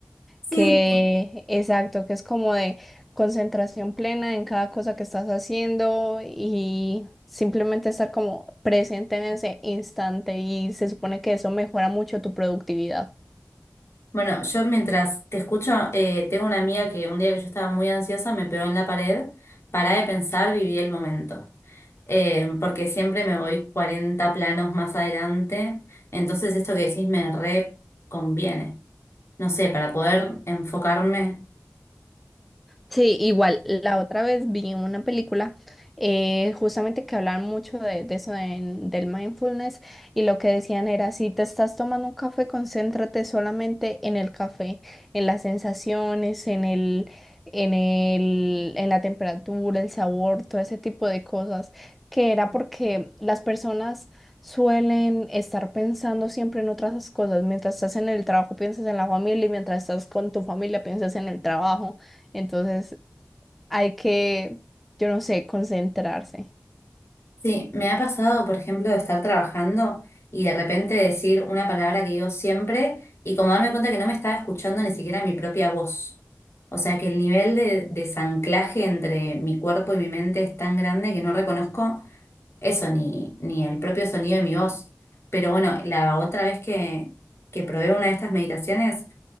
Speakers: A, on the left; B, in the centre.
A: sí
B: que, exacto, que es como de concentración plena en cada cosa que estás haciendo y simplemente estar como presente en ese instante y se supone que eso mejora mucho tu productividad.
A: Bueno, yo mientras te escucho, eh, tengo una amiga que un día que yo estaba muy ansiosa me pegó en la pared, Pará de pensar, viví el momento. Eh, porque siempre me voy 40 planos más adelante, entonces esto que decís me re conviene. No sé, para poder enfocarme.
B: Sí, igual, la otra vez vi una película eh, justamente que hablaban mucho de, de eso en- del mindfulness y lo que decían era, si te estás tomando un café, concéntrate solamente en el café, en las sensaciones, en el, en el, en la temperatura, el sabor, todo ese tipo de cosas, que era porque las personas suelen estar pensando siempre en otras cosas, mientras estás en el trabajo piensas en la familia y mientras estás con tu familia piensas en el trabajo. Entonces hay que, yo no sé, concentrarse.
A: Sí, me ha pasado, por ejemplo, de estar trabajando y de repente decir una palabra que digo siempre y como darme cuenta que no me estaba escuchando ni siquiera mi propia voz. O sea que el nivel de desanclaje entre mi cuerpo y mi mente es tan grande que no reconozco eso, ni, ni el propio sonido de mi voz. Pero bueno, la otra vez que, que probé una de estas meditaciones,